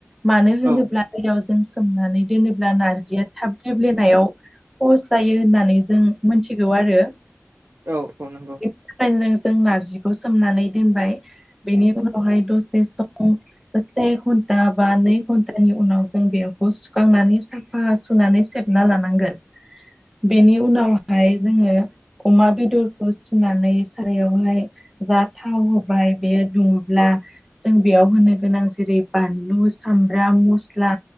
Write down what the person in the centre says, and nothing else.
मानो होनोब्ला
दैयाव जों सोमनानै दोनोब्ला नारजिया थाब गेब्लेनायाव पस जायो होननानै जों मोनथिगौ आरो।
ओंखायनो जों नारजिखौ सोमनानै दोनबाय बेनि उनावहाय दसे सम से घन्टा बा नै घन्टानि उनाव जों बेखौ सुखांनानै साफा सुनानै सेबना लानांगोन, बेनि उनावहाय जोङो अमा बेदरखौ सुनानै सारायावहाय जा थाव होबाय बेयो दुङोब्ला जों बेयाव होनो गोनां जेरै बानलु सामब्राम मुसु मस्ला